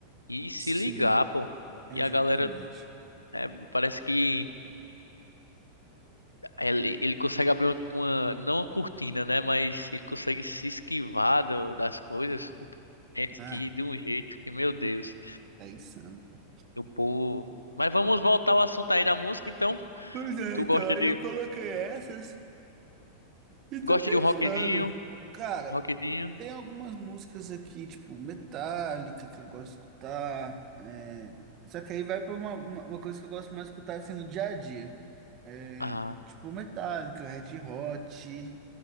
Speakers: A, on the left; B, on the right.
A: e se
B: Sim,
A: ligar, pô.
B: exatamente.
A: E a galera, é, parece que ele, ele consegue abrir uma, uma- não uma cortina, né? Mas ele consegue se esquivar do- das coisas. o presidente,
B: Ah,
A: que de um jeito que, meu Deus,
B: é insano, pô.
A: o povo. Mas vamos voltar ao assunto aí da música, então.
B: Pois é,
A: Tu
B: então,
A: gosta
B: aí
A: de,
B: eu coloquei essas e tô
A: gosta
B: pensando.
A: de um rockzinho?
B: Cara,
A: Rockzinho?
B: Tem algumas músicas aqui, tipo Metallica, que eu gosto de escutar. é, Só que aí vai pra uma, uma uma coisa que eu gosto mais de escutar assim no dia a dia. É,
A: Ah,
B: tipo Metallica, Red Hot,